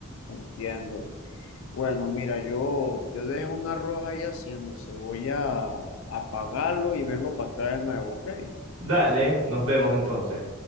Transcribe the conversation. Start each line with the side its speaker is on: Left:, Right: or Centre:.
Left: lo entiendo. Bueno, mira, yo, yo dejo un arroz ahí haciéndose, voy a apagarlo y vengo para acá de nuevo, ¿ok?
Right: Dale, nos vemos entonces.